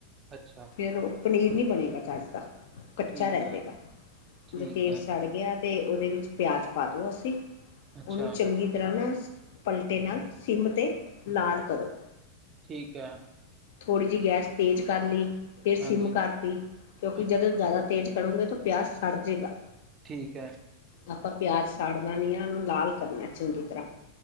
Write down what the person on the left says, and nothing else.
ਫਿਰ ਓ ਪਨੀਰ ਨੀ ਬਣੇਗਾ ਚੱਜ਼ ਦਾ ਕੱਚਾ
ਰਹਿ
ਜੇਗ
ਤੇਲ
ਸਾੜ ਕੇ। ਗਿਆ ਤੇ ਉਹਦੇ ਵਿੱਚ ਪਿਆਜ ਪਾ ਦੋ ਅਸੀਂ
ਉਹਨੂੰ ਚੰਗੀ ਤਰ੍ਹਾਂ ਨਾ ਪਲਟੇ ਨਾਲ ਸਿੰਮ 'ਤੇ ਲਾਲ ਕਰੋ।
ਥੋੜ੍ਹੀ ਜਿਹੀ ਗੈਸ ਤੇਜ਼ ਕਰ ਲਈ ਫਿਰ ਸਿੰਮ
ਕਰ ਤੀ ਕਿਉਂਕਿ
ਜਦੋਂ ਜ਼ਿਆਦਾ ਤੇਜ਼ ਕਰੋਗੇ ਤਾਂ ਪਿਆਜ਼ ਸੜ ਜੇਗਾ।
ਆਪਾਂ ਪਿਆਜ਼ ਸਾੜਨਾ ਨੀ ਆ ਉਹਨੂੰ ਲਾਲ ਕਰਨੀਨਾ ਚੰਗੀ ਤਰ੍ਹਾਂ।